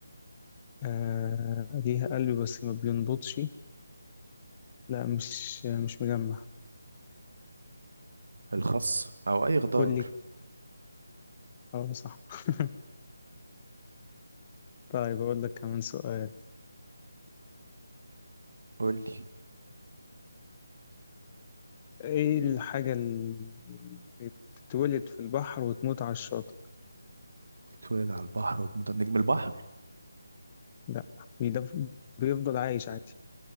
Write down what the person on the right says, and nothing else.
الخس او اي خضار
قول لي
اتولد على البحر وتموت على نجم البحر